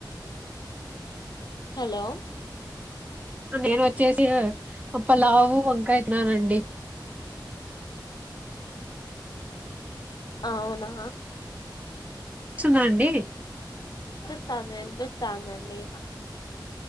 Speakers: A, on the left; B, on the right.
A: హలో
B: నేను వచ్చేసి అప్ప లావు వంకా తిన్నానండి
A: అవునా
B: స్తుందండి
A: ను వినిపిస్తాందండి